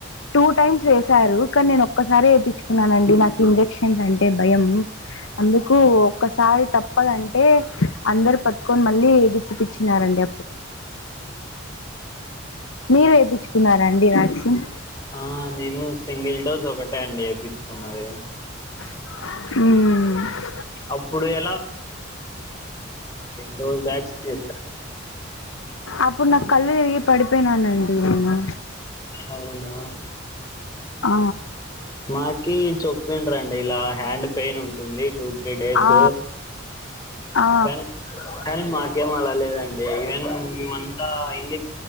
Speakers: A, on the left; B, on the left.
A: టూ టైమ్స్ వేసారు కానీ నేను ఒక్కసారిే వేయిించుకున్నానండి నాకు ఇంజెక్షన్స్ అంటే భయం అందుకు ఒక్కసారి తప్పదంటే అందరు పట్టుకొని మళ్ళీ గుచ్చి పిచ్చినారండి మీరు వేయించుకున్నారా అండి వ్యాక్సిన్
B: ఆ నేను సింగిల్ డోస్ ఒక టే అండి వేపిచ్చుకున్నది
A: మ్మ్
B: అప్పుడు ఎలా డోస్ బ్యాక్స్కి వేస్ త
A: అప్పుడు నాకు కళ్ళు తిరిగి పడిపోయినానండి నేను
B: అవునా
A: ఆ
B: మాకీ చెప్పింద్రండి ఇలా హ్యాండ్ పెయిన్ ఉంటుంది టూ త్రీ డేస్
A: ఆ ఆ
B: కానీ కానీ మా ఏం అలా లేదండి ఈవెన్ మేమంతా ఇంగ్లీ